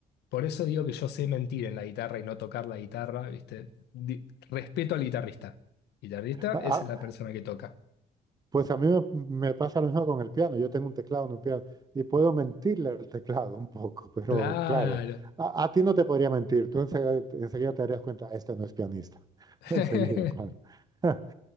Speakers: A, on the left; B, on the right.
A: por eso digo que yo sé mentir en la guitarra y no tocar la guitarra, ¿viste? Di- respeto al guitarrista. Guitarrista
B: A-
A: es
B: a-
A: la persona que toca.
B: Pues a mí me, me pasa lo mismo con el piano. Yo tengo un teclado en un piano y puedo mentirle al teclado un poco, <laughs> pero
A: Claro.
B: claro, a, a ti no te podría mentir. Tú enseguida, enseguida te darías cuenta, este no es pianista.
A: <laughs>
B: <laughs> Enseguida, claro. <laughs>